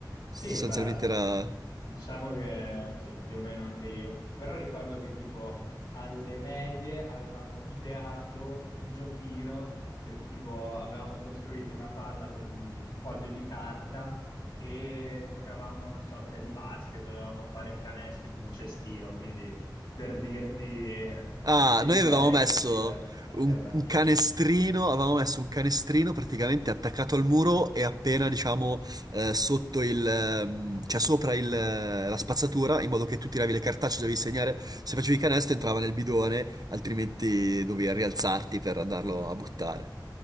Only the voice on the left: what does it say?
Sì,
e beh,
diciamo che sì, più o meno anche io, però ricordo che tipo alle medie avevamo ideato un giochino del tipo avevamo costruito una palla con un foglio di carta e giocavamo a una sorta di basket, dovevamo fare canestri in un cestino, quindi per dirti <laughs>
attività
creative alternative.